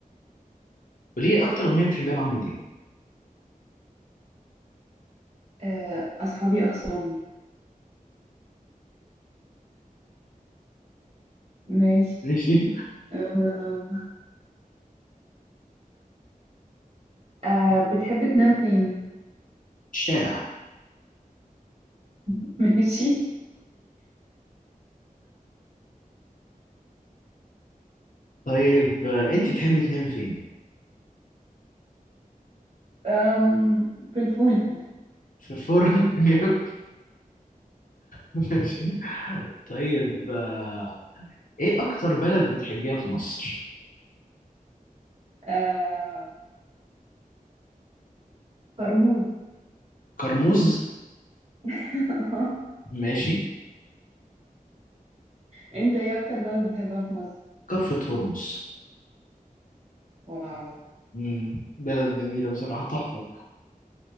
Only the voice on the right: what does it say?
آه، أصحابي أخصامي ماشي
أه أه بتحب تنام فين؟
<laughs> ماشي
أم في الفول
أه كرموز
<laughs>
أنت إيه أكتر بلد بتحبها في مصر؟
واو